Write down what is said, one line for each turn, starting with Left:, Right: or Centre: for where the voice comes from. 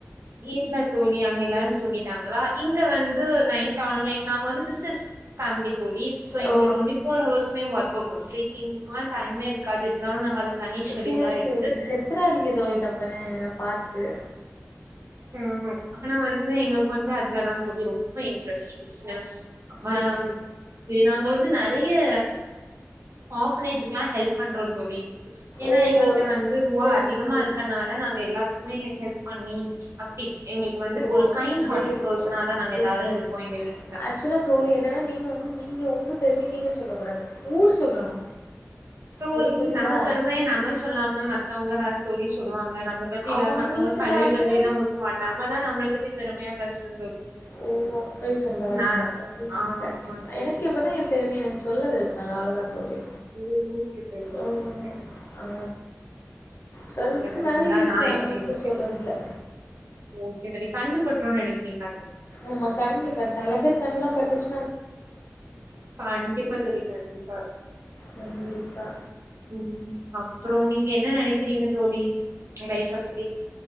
Right: இல்ல தோழி அங்க எல்லாரு தூங்கிட்டாங்களா இங்க வந்து நைட் டானிக் நாங்க வந்து பிஸ்னஸ் ஃபேமிலி தோழி ஷோ எங்களுக்கு
Left: ஓ
Right: டுவெண்டி ஃபோர் ஹவர்ஸ்மே ஒர்க் இருக்கு ஸ்லீப்பிங்கெல்லா டைம் க்காது இருந்தாலு நாங்க தனி ஷெட்யூலா
Left: செரி
Right: எடுத்து
Left: செரி செத்ராதீங்க தோழி டப்புன்னு பா த்து
Right: ம் ஆனா வந்து எங்ளுக்கு வந்து அதுலதா தோழி ரொம்ப இன்ட்ரஸ்ட் பிசினஸ்
Left: சேரி
Right: ஆ நாங்க வந்து நெறய ஆஃப்னேஜ்க்லா ஹெல்ப் பண்றோ தோழி ஏன்னா
Left: ஓ
Right: எங்கள்ட்ட வந்து ருவா
Left: சேரி
Right: அதிகமா
Left: சேரி
Right: இருக்கனால நாங்க எல்லா மே ஹெல்ப் பண்ணி அப்டி எங்களுக்கு வந்து
Left: ஓ
Right: ஒரு கைண்ட்
Left: சேரி
Right: ஹார்ட்டட் பர்சனாதா
Left: தோழி
Right: நாங்க
Left: சேரி
Right: எல்லாரு இருப்போ எங்க வீட்ல
Left: ஆக்சுவலா தோழி என்னன்னா நீங்க வந்து நீங்க உங்க பெருமய நீங்க சொல்லக்கூடாது ஊர் சொல்லணு
Right: தோழி
Left: உங்களுக்கு புரியுதா
Right: நம்ம பெருமைய நம்ம சொல்லாம மத்தவங்கலா தோழி ஸ் சொல்லுவாங்க நம்மள பத்தி
Left: அவங்களுக்கு
Right: எல்லாரு மத்தவங்க கழுவி
Left: தானே
Right: கழுவிதா ஊத்துவா நம்ம தா நம்மள பத்தி பெருமையா பேசணு தோழி
Left: ஓ அப்டி சொல்ல வரிங்களா
Right: நா
Left: தோழி
Right: ஆ
Left: கரெக்ட்
Right: ஆமா
Left: தா
Right: தோழி
Left: எனக்கு இப்தா என் பெருமைய எனக்கு சொல்ல வருது நால்லா அவ்ளோ தா தோழி
Right: ஓ <unintelligible>
Left: ம். ஆ சொல்றதுக்கு
Right: பாத்தீங்களா
Left: நெறைய இருக்கு
Right: நா
Left: ஆனா
Right: எப்டி
Left: இப்ப
Right: இருக்கே
Left: சொல்ல முடில்ல
Right: ஓகே தோழி கண்ணு பட்ருன்னு நெனைக்கீங்களா
Left: ஆமா கண்டிப்பா செல பேர் கண்லாம் பட்டுச்சு
Right: கண்டிப்பா தோழி கண்டிப்பா
Left: கண்டிப்பா.
Right: ம் அப்றோ நீங்க என்ன நெனக்கிறீங்க தோழி லைஃப்ப பத்தி